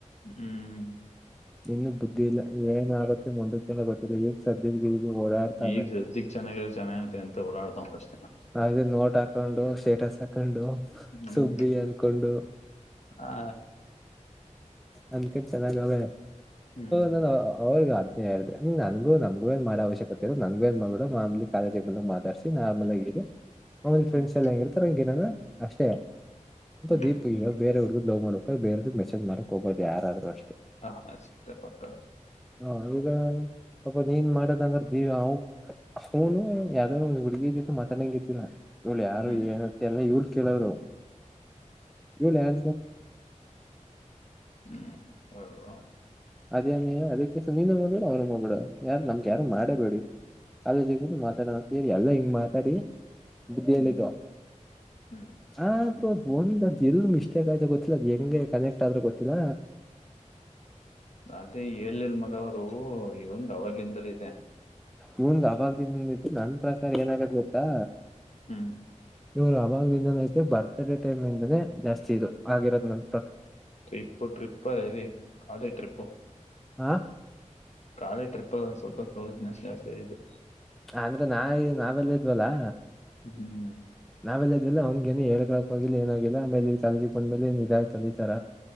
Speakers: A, on the left; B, in the centre.
A: ಹೂಂ
B: ನಿಂಗೆ ಬುದ್ಧಿ ಇಲ್ಲ ಏನ್ ಆಗತ್ತೆ ಮುಂದಕೆಲ್ಲ ಗೊತ್ತಿಲ್ಲ ಈಗ್ ಸದ್ಯದ ಇದು ಓಡಾಡ್ತಾವೆ
A: ಈಗ ಸದ್ದಿಗ್ ಚೆನ್ನಾಗಿರ ಚೆನ್ನಾಗತೆ ಅಂತ ಓಡಾಡ್ತಾವ್ನೆ ಅಷ್ಟೇ.
B: ಆ ನೋಟ್ ಹಾಕೊಂಡು ಸ್ಟೇಟಸ್ ಹಾಕೊಂಡು
A: ಹ್ಮ್
B: ಸುಬ್ಬಿ ಅನ್ಕೊಂಡು
A: ಆ
B: ಅಂದ ಕಟ್ಟ ಚೆನ್ನಾಗ ಅವೇ
A: ಹ್ಮ್
B: ನಾನ ಅವ್ರಗ ಅದನ್ನೇ ಹೇಳೇದೆ ನೀ ನನ್ಗೂ ನಮಗೂ ಏನ್ ಮಾಡೋ ನಮ್ಗೂ ನಮ್ಗೆನ್ ಏನ್ ಮಾಡೋ ಅವಶ್ಯಕತೆ ಇಲ್ಲ ನನ್ಗ ಏ ಮಾಡಡ ಮಾಮೂಲಿ ಕಾಲೇಜಿ ಮೇ ಮಾತಾಡಿಸಿ ಆಮೇಲೆ ಹಿದೀರ್ ಅವಂದ
A: ಹ್ಮ್
B: ಫ್ರೆಂಡ್ ಎಲ್ಲ ಹೆಂಗ ಇರ್ತಾರ ಹಂಗಿರಾನ ಅಷ್ಟೇ
A: ಹ್ಮ್
B: ದೀಪು
A: ಹ್ಮ್
B: ಬೇರೆ ಹುಡ್ಗು ಲವ್ ಮಾಡ ಬೇರದ ಮೆಸೇಜ್ ಮಾಡಕೋಬಾರದ ಯಾರಾದ್ರು ಅಷ್ಟೇ
A: ಹಾ ಹ ಸ ಪಕ್ಕ
B: ಹಾ ಈಗ ಪಾಪ ಏನ್ ಮಾಡದಂಗಾರ ದಿವ ಅವನು ಯಾವ್ದ ಹುಡುಗಿ ಜೊತೆ ಮಾತಾಡಂಗ ಗತ್ತಲ್ಲ ಇವ್ಳು ಯಾರು
A: ಹ್ಮ್
B: ಏನತ್ತ ಎಲ್ಲ ಇವ್ಳು ಕೇಳೋರು ಇವನು ಯಾರ
A: ಹೂಂ
B: ಅದೇನ ಕೆಲಸ ನೀನು ಮಾಡ್ಬೇಡ ಅವರು ಮಾಡಬಾರದು ಯಾರು ಮಾಡೇಬೇಡಿ
A: ಹ್ಮ್
B: ಕಾಲೇಜ್ ಗೆ ಮಾತಾಡೋ ಸೇರಿ ಎಲ್ಲ ಹಿಂಗ್ ಮಾತಾಡಿ ಬುದ್ಧಿ
A: ಹ್ಮ್
B: ಎಲ್ಲೈತು
A: ಹ್ಮ್
B: ಆದ್ರೂ ಅದ್ ಒಂದ್ ಅದ್ ಎಲ್ ಮಿಸ್ಟೇಕ್ ಆಯ್ತ ಗೊತ್ತಿಲ್ಲ ಅದ್ ಹೆಂಗೆ ಕನೆಕ್ಟ ಆದ್ರೂ ಗೊತ್ತಿಲ್ಲ.
A: ಅದೇ ಹೇಳಿಲ್ ಮಗ ಅವರು ಇವಂದ್ ಅವಾಗ್ಲಿಂದಲೂ ಇದೆ
B: ಇವಂದು ಅವಾಗ ದಿಂದಂದ ಇತ್ತು ನನ್ ಪ್ರಕಾರ ಏನಾಗತ್ ಗೊತ್ತಾ
A: ಹೂಂ
B: ಇವ್ರು ಅವಾಗಲಿಂದನ ಐತೆ ಬರ್ತ್ಡೇ ಟೈಮ್ ಇಂದಾನೇ ಜಾಸ್ತಿ ಇದು ಆಗಿರೋದ ಅಂತ
A: ಟ್ರಿಪ್ಪ ಟ್ರಿಪ್ಪಾ ಅದೆ ಕಾಲೇ ಟ್ರಿಪ್ಪು
B: ಹಾಂ
A: ಕಾಲಿ ಟ್ರಿಪಲ್ ಒಂದು ಸ್ವಲ್ಪ ಕ್ಲೊಸ್ನೆಸ್ ಜಾಸ್ತಿ ಆಗಿದ
B: ಅಂದ್ರೆ ನಾ ನಾವೆಲ್ಲ ಇದ್ವಲ್ಲಾ
A: ಹೂಂ
B: ಆಮೇಲೆ ಇದೆಲ್ಲಾ ಅವನಿಗೆ ಹೇಳ್ಕೊಳಕಾಗಿಲ್ಲ ಏನಾಗಿಲ್ಲ ಆಮೇಲೆ ನೀ ಸಂಜಿಪ್ನಮೇಲೆ ನಿಂತಂದಿ ತರ